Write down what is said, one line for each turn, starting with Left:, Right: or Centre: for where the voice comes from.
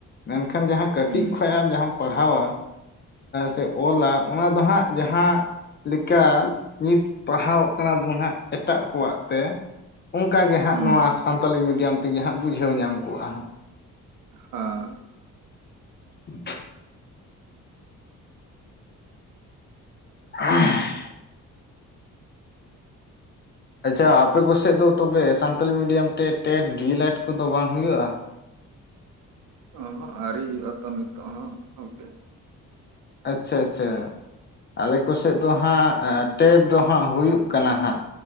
Left: ᱢᱮᱱᱠᱷᱟᱱ ᱡᱟᱦᱟᱸ ᱠᱟᱹᱴᱤᱡ
Right: ᱦᱩᱸ
Left: ᱠᱷᱚᱱ ᱟᱢ ᱡᱟᱦᱟᱸᱟᱢ ᱯᱟᱲᱦᱟᱣᱟ, ᱥᱮ ᱚᱞᱟ ᱚᱱᱟ ᱫᱚ ᱦᱟᱸᱜ ᱡᱟᱦᱟᱸ ᱞᱮᱠᱟ ᱱᱤᱛ ᱯᱟᱲᱦᱟᱣᱚᱜ ᱠᱟᱱᱟ ᱵᱚᱱ ᱦᱟᱸᱜ ᱮᱴᱟᱜ ᱠᱚᱣᱟᱜ ᱛᱮ, ᱚᱱᱠᱟ ᱜᱮ ᱦᱟᱸᱜ
Right: ᱦᱩᱸ
Left: ᱱᱚᱣᱟ ᱥᱟᱱᱛᱟᱞᱤ ᱢᱤᱰᱤᱭᱟᱢ ᱛᱮᱜᱮ ᱦᱟᱸᱜ ᱵᱩᱡᱷᱟᱹᱣ ᱧᱟᱢ ᱠᱚᱜᱼᱟ ᱦᱟᱸᱜ᱾
Right: ᱦᱚᱸ
Left: <inaudible> <unintelligible> ᱟᱪᱪᱷᱟ ᱟᱯᱮ ᱠᱚᱥᱮᱫ ᱫᱚ ᱛᱚᱵᱮ ᱥᱟᱱᱛᱟᱞᱤ ᱢᱤᱰᱤᱭᱟᱢ ᱛᱮ ᱴᱮᱮᱴ ᱰᱤᱭᱮ ᱞᱮᱰ ᱠᱚᱫᱚ ᱵᱟᱝ ᱦᱩᱭᱩᱜᱭᱼᱟ?
Right: ᱚᱸᱦᱚᱜ ᱟᱣᱨᱤ ᱦᱩᱭᱩᱜ ᱟᱛᱚ ᱱᱤᱛᱚᱜ ᱦᱚᱸ᱾ ᱜᱚᱝᱠᱮ
Left: ᱟᱪᱪᱷᱟ, ᱟᱪᱪᱷᱟ᱾ ᱟᱞᱮ ᱠᱚᱥᱮᱫ ᱫᱚ ᱦᱟᱸᱜ ᱴᱮᱰ ᱫᱚ ᱦᱟᱸᱜ ᱦᱩᱭᱩᱜ ᱠᱟᱱᱟ ᱦᱟᱸᱜ᱾